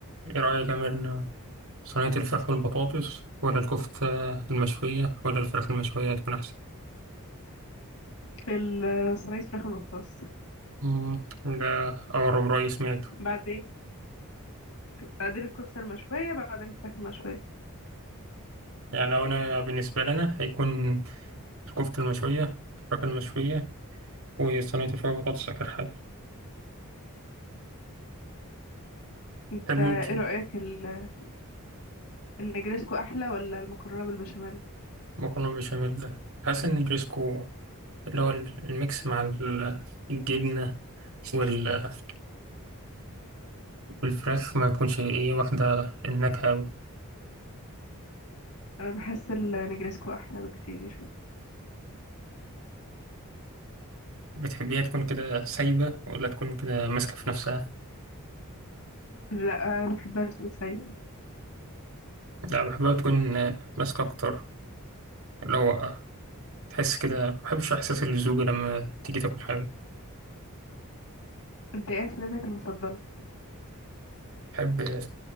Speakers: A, on the right; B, on the left.
A: ايه رأيك يا ميرنا صينية الفراخ بالبطاطس ولا الكفتة المشوية ولا الفراخ المشوية هتكون أحسن
B: في ال- صينية فراخ المختص
A: مم، ده أغرب رأي سمعته
B: بعدين بعدين الكفتة المشوية بعدين الفراخ المشوية
A: يعني لو أنا بالنسبة لنا هيكون الكفتة المشوية الفراخ المشوية وصينية الفراخ بالبطاطس آخر حاجة
B: انت
A: تحب
B: ايه
A: انتي
B: رأيك ال- النجرسكو احلى ولا المكرونة بالبشاميل
A: مكرونة بالبشاميل ده بحس إن الريسكو اللي هو الميكس مع ال- الجبنة وال- والفراخ ما تكونش إيه واخدة النكهة أوي
B: انا بحس النجرسكو احلى بكتير
A: بتحبيها تكون كده سايبة ولا تكون كده ماسكة في نفسها؟
B: لا بحبها تكون سايبة
A: لا بحبها تكون آه، ماسكة أكتر اللي هو آه، تحس كده مبحبش إحساس اللزوجة لما تيجي تاكل حاجة
B: انت ايه اكلتك المفضلة
A: بحب آه،